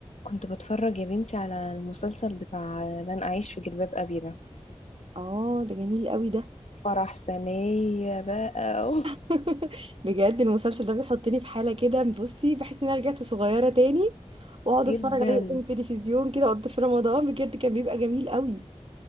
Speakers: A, on the left; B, on the right.
A: كنت بتفرج يا بنتي على المسلسل بتاع لن أعيش في جلباب أبي ده
B: اه ده جميل قوي ده
A: فرح سنية بقى أوف
B: <laughs> بجد المسلسل ده بيحطني في حالة كده بصي بحس ان انا رجعت صغيرة تاني
A: <laughs>
B: واقعد
A: جدا
B: اتفرج عليه قدام التلفزيون كده وقت في رمضان بجد كان بيبقى جميل قوي